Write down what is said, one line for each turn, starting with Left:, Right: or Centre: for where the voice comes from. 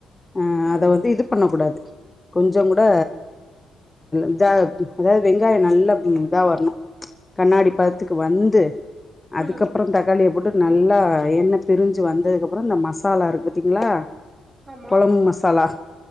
Left: ஆ
Right: ம்
Left: அதை வந்து இது பண்ணக்க கூடாது கொஞ்சோ கூட இத அதாது வெங்காயோ நல்லா இதா வரணு கண்ணாடி பாத் த்துக்கு வந்து அதுக்கப்புறம்
Right: ம்
Left: தக்காளிய போட்டு நல்லா எண்ணெய் பிரிஞ்சி வந்ததுக்கு அப்புறோ இந்த மசாலா இருக்கு பாத்தீங்களா
Right: ஆமா
Left: கொழம்பு மசாலா